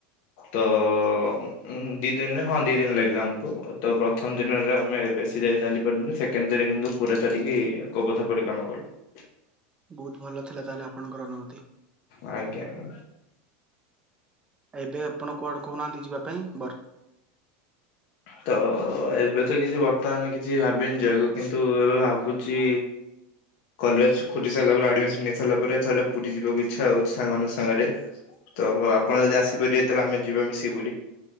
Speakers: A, on the left (about 55°); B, on the right (about 15°).
A: ତ ଉଁ ଦି ଦିନରେ ହଁ ଦି ଦିନ ଲାଗିଲା ଆମକୁ, ତ ପ୍ରଥମ ଦିନରେ ଆମେ ବେଶୀ ଯାଇ ଚାଲି ପାରିଲୁନି, ସେକେଣ୍ଡ ଦିନ କିନ୍ତୁ ପୁରା ଚାଲିକି ଗୋବଧ ପରିକ୍ରମା କଲୁ।
B: ବହୁତ ଭଲ ଥିଲା ତାହେଲେ ଆପଣଙ୍କର ଅନୁଭୂତି।
A: ଆଜ୍ଞା ଆ
B: ଏବେ ଆପଣ କୁଆଡେ କହୁନାହାନ୍ତି ଯିବା ପାଇଁ?
A: ତ ଏବେ ତ କିଛି ବର୍ତ୍ତମାନ କି କିଛି ଭାବିନି ଯିବାକୁକିନ୍ତୁ ଏବେ ଭାବୁଛି କଲେଜ ଖୋଲି ସାଇଲା ପରେ ଆଡମିସନ ନେଇ ସାରଲା ପରେ ଥରେ ପୁରୀ ଯିବାକୁ ଇଚ୍ଛା ହଉଛି ସାଙ୍ଗମାନଙ୍କ ସାଙ୍ଗରେ। ତ ଆପଣ ଯଦି ଆସିପାରିବେ ତାହେଲେ ଆମେ ଯିବା ମିଶିକି ପୁରି।